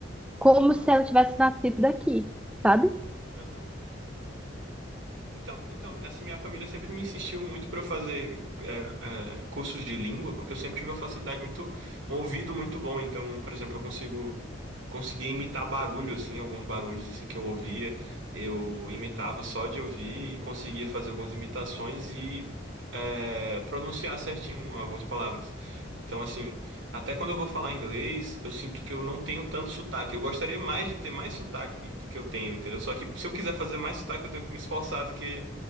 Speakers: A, in the centre; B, on the right.
A: como
B: Que massa.
A: se ela tivesse nascido aqui, sabe?
B: Aham. Então, então, assim, minha família sempre me insistiu muito pra eu fazer é, é, cursos de língua, porque eu sempre tive uma facilidade muito, um ouvido muito bom. Então, por exemplo, eu consigo conseguia imitar barulho, assim, alguns barulhos, assim, que eu ouvia. Eu imitava só de ouvir e conseguia fazer algumas imitações e é, pronunciar certinho algumas palavras. Então, assim, até quando eu vou falar inglês, eu sinto que eu não tenho tanto sotaque. Eu gostaria mais de ter mais sotaque do que eu tenho, entendeu? Só que se eu quiser fazer mais sotaque, eu tenho que me esforçar do que